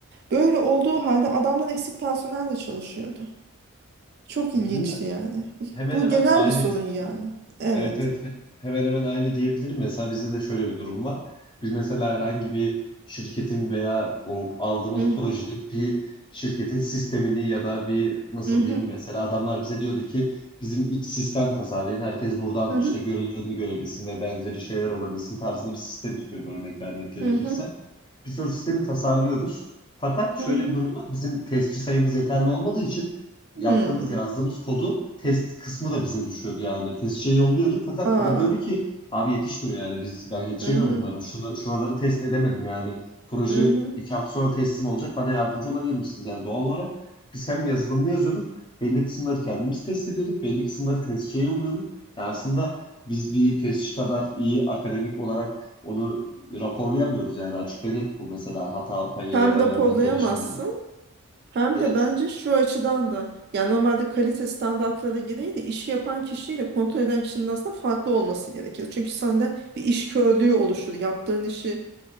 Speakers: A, on the right; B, on the left.
A: Böyle olduğu halde adamlar eksik personelle çalışıyordu. Çok
B: Ya bizim
A: ilginçti
B: de
A: yani.
B: Hemen
A: Bu
B: hemen
A: genel
B: aynı
A: bir sorun yani. Evet.
B: Evet evet He- hemen hemen aynı diyebilirim. Mesela bizde de şöyle bir durum var. Biz mesela herhangi bir şirketin veya o aldığımız
A: Hı
B: projede
A: hı.
B: bir şirketin sistemini ya da bir nasıl
A: Hı hı.
B: diyeyim mesela adamlar bize diyordu ki bizim iç sistem tasarlayın. Herkes buradan
A: Hı hı.
B: işte görevlerini görebilsin ve benzeri şeyler olabilsin tarzında bir sistem istiyordu örnek vermek gerekirse.
A: Hı hı.
B: Biz o sistemi tasarlıyoruz. Fakat şöyle
A: Hı hı.
B: bir durum var. Bizim testçi sayımız yeterli olmadığı için yaptığımız
A: Hmm.
B: yazdığımız kodu test kısmı da bize düşüyordu yani. Testçiye yolluyorduk fakat
A: Aa.
B: o da diyordu ki abi yetişmiyor yani biz ben yetişemiyorum
A: Hı hı.
B: bunlara. Şuna, şuraları test edemedim yani. Proje
A: Hı hı.
B: iki hafta sonra teslim olacak bana yardımcı olabilir misiniz? Yani doğal olarak biz hem yazılımını yazıyorduk belli kısımları kendimiz test ediyorduk belli kısımları testçiye yolluyorduk. Yani aslında biz bir testçi kadar iyi akademik olarak onu raporlayamıyoruz yani açık ve net bu mesela hata payı
A: Hem
B: ya da
A: depolayamazsın
B: benzeri şeyleri.
A: hem
B: Evet
A: de bence şu açıdan da yani normalde kalite standartları gereği de işi yapan kişiyle kontrol eden kişinin aslında farklı olması gerekir. Çünkü sende bir iş körlüğü oluşur. Yaptığın işi